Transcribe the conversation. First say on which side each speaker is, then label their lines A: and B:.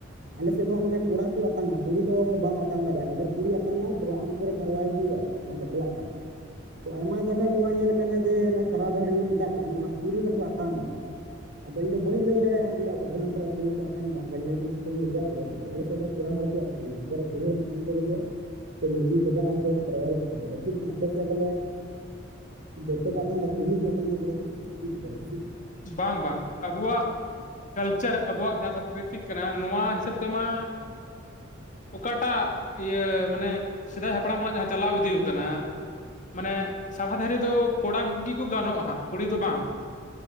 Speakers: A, on the right (about 65°); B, on the left (about 40°).
A: ᱟᱞᱮ ᱥᱮᱫ ᱫᱚ ᱦᱟᱸᱜ ᱢᱟᱱᱮ ᱠᱚᱲᱟ ᱠᱚ ᱟᱛᱟᱝ ᱟ ᱠᱩᱲᱤ ᱫᱚ ᱵᱟᱢ ᱟᱛ ᱟᱛᱟᱝ ᱫᱟᱲᱮᱭᱟᱜᱼᱟ ᱟᱜᱟᱨ ᱠᱩᱲᱤ ᱟᱛᱟᱝ ᱟ ᱛᱚᱵᱮ ᱟᱢ ᱩᱯᱚᱨᱮ ᱠᱟᱨᱣᱟᱭ ᱦᱩᱭᱩᱜᱼᱟ ᱡᱟᱦᱟᱸᱭ ᱵᱟᱯᱞᱟᱜ ᱠᱟᱱ ᱛᱚ ᱟᱭᱢᱟ ᱡᱟᱭᱜᱟ ᱨᱮ ᱱᱚᱣᱟ ᱧᱮᱞ ᱠᱟᱱᱟ ᱡᱮ ᱥᱟᱞᱟ ᱫᱟᱹᱲᱤᱦᱤ ᱢᱮᱛᱟᱜ ᱠᱟᱱ ᱱᱚᱣᱟ ᱠᱩᱲᱤ ᱦᱚᱲ ᱠᱚ ᱟᱛᱟᱝ ᱫᱟ ᱟᱫᱚ ᱤᱧ ᱫᱚ ᱵᱟᱹᱧ ᱞᱟᱹᱭ ᱫᱟᱲᱮᱭᱟᱜᱼᱟ <inaudible> ᱡᱟᱦᱟᱸ ᱠᱚᱨᱮ ᱠᱩᱲᱤ ᱠᱚ ᱵᱟᱝ ᱠᱟ ᱧᱮᱞ ᱠᱟᱱᱟ ᱥᱳᱥᱟᱞ ᱢᱤᱰᱤᱭᱟ ᱠᱚᱨᱮ ᱟᱫᱚ ᱟᱞᱮ ᱥᱮᱫ ᱫᱚ ᱠᱚᱲᱟ ᱦᱚᱲ ᱠᱚ ᱟᱛᱟᱝ ᱟ ᱟᱜᱟᱨ ᱠᱩᱲᱤᱢ ᱟᱛᱟᱝ ᱪᱚ ᱠᱮᱫᱮᱭᱟ ᱛᱚ ᱢᱟᱡᱷᱤ ᱵᱟᱵᱟ ᱟᱢ ᱫᱚ <unintelligible> ᱟᱫᱚ ᱪᱮᱫ ᱞᱮᱠᱟ ᱟᱯᱮ ᱥᱮᱫ ᱵᱚᱞᱮ ᱡᱚᱛᱚ ᱠᱚ ᱟᱛᱟᱝ ᱫᱟ ᱠᱩᱲᱤ ᱦᱚᱸᱠᱚ ᱟᱛᱟᱝ ᱫᱟ ᱠᱚᱲᱟ ᱦᱚᱸ ᱪᱮᱫ ᱞᱮᱠᱟ ᱟᱯᱮ ᱥᱮᱫ
B: ᱵᱟᱝ ᱵᱟᱝ ᱟᱵᱚᱣᱟᱜ ᱠᱟᱞᱪᱟᱨ ᱟᱵᱚᱣᱟᱜ ᱡᱟᱦᱟᱸ ᱥᱟᱝᱥᱠᱨᱤᱛᱤᱠ ᱠᱟᱱᱟ ᱱᱚᱣᱟ ᱦᱤᱥᱟᱹᱵ ᱛᱮᱢᱟ ᱚᱠᱟᱴᱟᱜ ᱤᱭᱟᱹ ᱢᱟᱱᱮ ᱥᱮᱫᱟᱭ ᱦᱟᱯᱲᱟᱢ ᱠᱷᱚᱱᱟᱜ ᱡᱟᱦᱟᱸ ᱪᱟᱞᱟᱣ ᱤᱫᱤᱭᱳ ᱠᱟᱱᱟ ᱢᱟᱱᱮ ᱥᱟᱨᱟ ᱫᱟᱹᱲᱦᱤ ᱫᱚ ᱠᱚᱲᱟ ᱜᱮᱠᱚ ᱜᱟᱱᱚᱜᱼᱟ ᱦᱟᱸᱜ ᱠᱩᱲᱤ ᱫᱚ ᱵᱟᱝ